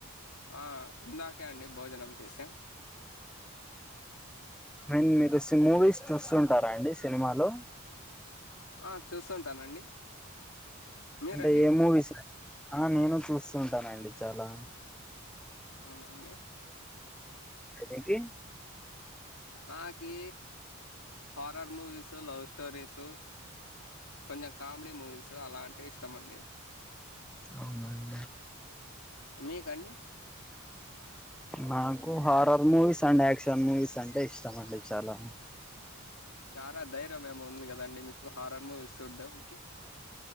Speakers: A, on the left (about 85°); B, in the centre.
A: ఆ ఇందాకే అండి భోజనం చేసాం
B: అండ్ మీరు స్ మూవీస్ చూస్తుంటారా అండి సినిమాలు
A: ఆ చూస్తుంటానండి మీరండి
B: అంటే ఏ మూవీస్ అ ఆ నేను చూస్తూ ఉంటానండి చాలా
A: అవునండి
B: ఏంటి
A: నాకి హారర్ మూవీసు, లవ్ స్టోరీసు కొంచెం కామెడి మూవిసు అలాం టే ఇష్టమండి
B: అవునా అం
A: మీకండి
B: నాకు horror movies and action movies అంటే ఇష్టం అండి చాలా
A: చారా ధైర్యం ఏమో ఉంది గదండి మీకు హారర్ మూవీస్ చూడ్డంకి